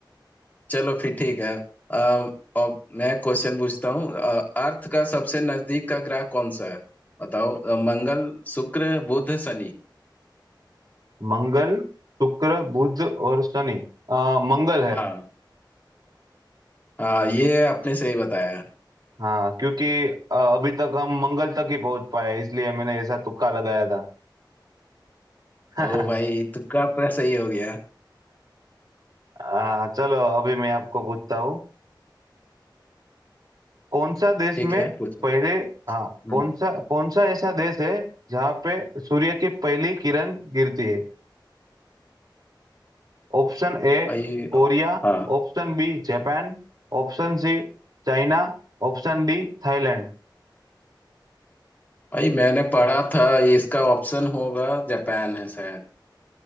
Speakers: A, on the left; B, on the right.
A: चलो फिर ठीक है अ, अब मैं क्वेश्चन पूछता हूँ अ, अर्थ का सबसे नजदीक का ग्रह कौन सा है बताओ अ, मंगल शुक्र बुध शनि
B: मंगल शुक्र बुध और शनि अ, मंगल है
A: हाँ हाँ ये आपने सही बताया
B: हाँ क्योंकि अ, अभी तक हम मंगल तक ही पहुंच पाए इसलिए मैंने ऐसा तुक्का लगाया था <laughs>
A: ओ भाई तुक्का पर सही हो गया
B: आ, चलो अभी मैं आपको पूछता हूँ कौन सा देश
A: ठीक
B: में
A: है पूछो
B: पहले हाँ
A: हम्म
B: कौन सा कौन सा ऐसा देश है जहाँ पे सूर्य की पहली किरण गिरती है Option A
A: भाई
B: Korea
A: हाँ
B: option B Japan option C China option D Thailand
A: भाई मैंने पढ़ा था ये इसका ऑप्शन होगा जापान है शायद